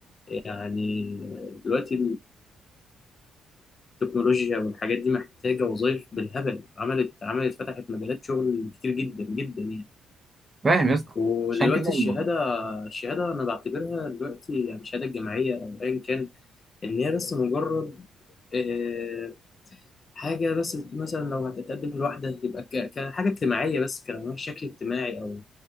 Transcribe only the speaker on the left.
يعني دلوقتي التكنولوجيا والحاجات دي محتاجة وظائف بالهبل عملت عملت فتحت مجالات شغل كتير جدا جدا يعني
ودلوقتي
الشهادة الشهادة أنا بعتبرها دلوقتي يعني الشهادة الجامعية أو أيا كان إن هي بس مجرد آه، حاجة بس مثلا لو هتتقدم لوحدة تبقى ك- كحاجة اجتماعية بس كشكل اجتماعي أو